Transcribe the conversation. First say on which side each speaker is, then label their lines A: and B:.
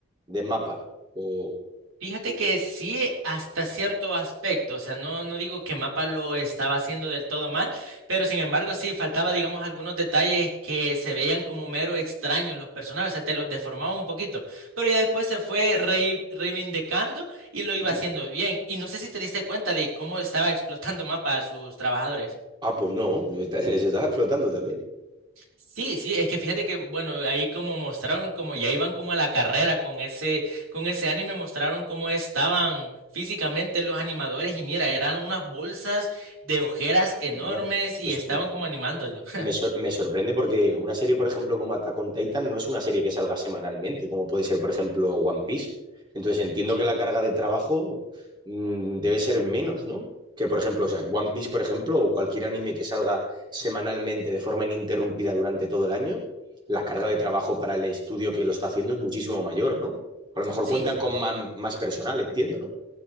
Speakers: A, on the right; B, on the right.
A: de MAPA? O...
B: Fíjate que sí, hasta cierto aspecto, o sea, no, no digo que Mapa lo estaba haciendo del todo mal, pero sin embargo sí faltaba, digamos, algunos detalles que se veían como mero extraños los personajes, o sea, te los deformaba un poquito, pero ya después se fue rei- reivindicando y lo iba
A: ¿Mm?
B: haciendo bien. Y no sé si te diste cuenta de cómo estaba explotando Mapa a sus trabajadores.
A: Ah, pues no, yo- <laughs> les estaba explotando también.
B: Sí, sí, es que fíjate que, bueno, ahí como mostraron, como ya iban como a la carrera con ese, con ese anime, mostraron cómo estaban físicamente los animadores y mira, eran unas bolsas de ojeras enormes
A: Onda. Pues
B: y estaban
A: no.
B: como animándolo. <laughs>
A: Me, sor- me sorprende porque una serie, por ejemplo, como Attack on Titan, no es una serie que salga semanalmente, como puede ser, por ejemplo, One Piece. Entonces entiendo
B: Sí,
A: que la carga de trabajo mm, debe ser menos, ¿no? Que, por ejemplo, o sea, One Piece, por ejemplo, o cualquier anime que salga semanalmente de forma ininterrumpida durante todo el año, la carga de trabajo para el estudio que lo está haciendo es muchísimo mayor, ¿no? A lo mejor
B: sí,
A: cuentan
B: sí.
A: con ma- más personal, entiendo, ¿no?